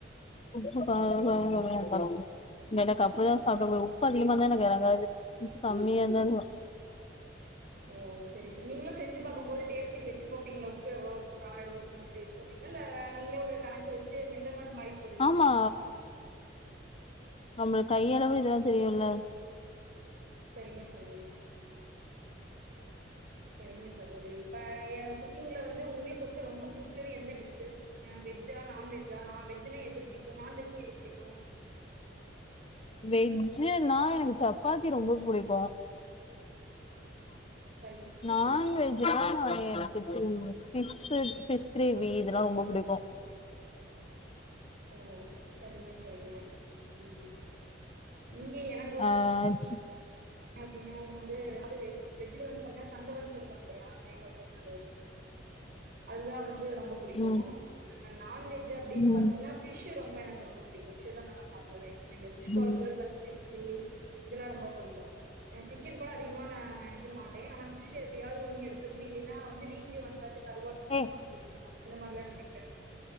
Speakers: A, on the left; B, on the right.
A: உப்பு காரோ கம்மியா இருக்கனு எனக்கு அப்டி தா சாப்ட புடிக்கு உப்பு அதிகமா இருந்தா எனக்கு எறங்காது உப்பு கம்மியா இருந்தாலு
B: ஓ செரி செரி நீங்களு செஞ்சு பாக்கும் போது டேஸ்ட்க்கு வெச்சு பாப்பீங்ளா உப்பு எவ்ளோ இருக்கு கார எவ்ளோ இருக்கு அந்த மாரி வெச்சு பாப்பீங் ளா இல்ல நீங்களே ஒரு கணக்கு வெச்சு மெஷர்மெண்ட் மாரி போடுவீங்களா
A: ஆமா நம்மளுக்கு கையளவு இதெல்லா தெரியுல
B: செரிங்க செரிங்க செரிங்க சகோதரி இப்ப எ குக் நீங்ளே வந்து உங்களுக்கு வந்து ரொம்ப புடிச்சது எந்த டிஷ்ஷூ அ வெஜ்ஜா நான்வெஜ் ஜா நா வெஜ்ஜுனா எது புடிக்கு நான்வெஜ்னா எது புடிக்கு
A: வெஜ்ஜுனா எனக்கு சப்பாத்தி ரொம்ப புடிக்கு
B: சரிங்க சகோதரி
A: நான்வெஜ் ஜுனா எனக்கு இது ஃபிஷ் ஃபிஷ் கிரேவி இதெல்லா ரொம்போ புடிக்கு
B: ஓ சரிங்க சரிங்க, ம், இங்க எனக்
A: ஆ சிக்
B: அப்டின்னா வந்து அது வெஜ் வெஜ்ல வந்து பாத்தீங்னா சங்கவம் சொல்வாங்க இல்லயா தேங்காப்பால் சங்கவம் அதுதா வந்து ரொம்ப புடிக்கு
A: ம்
B: நா நான்வெஜ் அப்டின்னு
A: ம்
B: பாத்தீங்ன்னா ஃபிஷ் ரொம்ப எனக்கு ரொம்ப புடிக்கு ஃபிஷ்தா நல்லா சாப்டுவே ஃபிஷ் கொழம்பு
A: ம்
B: பிளஸ் ஃபிஷ் சில்லி இதெல்லா ரொம்ப புடிக்கு எனக்கு சிக்கன் கூட அதிகமா நா நெனைக்க மாட்டே ஆனா ஃபிஷ் க்கு எப்டியாவுது ஒண்ணு எடுத்துருனு இல்லின்னா வந்து வீக்லி ஒன்ஸ் ஆச்சு கருவாடு செஞ்சு
A: ஏ
B: சாப்ட்டுருனு அந்த மாரிலா நெனப்பே